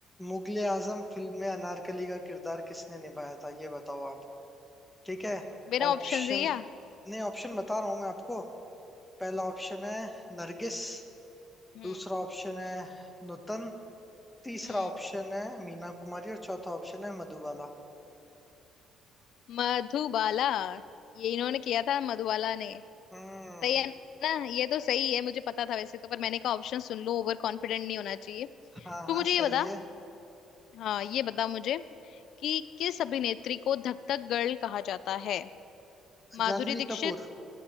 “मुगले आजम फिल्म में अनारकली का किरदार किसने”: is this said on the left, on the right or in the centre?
Centre